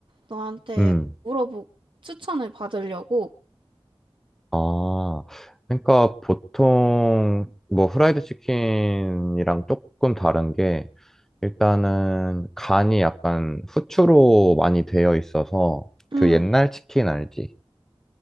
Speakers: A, on the right; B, in the centre.
A: 너한테
B: 음.
A: 물어보, 추천을 받으려고.
B: 아, 그러니까 보통 뭐 후라이드 치킨이랑 조금 다른 게 일단은 간이 약간 후추로 많이 되어 있어서
A: 응,
B: 그 옛날 치킨 알지?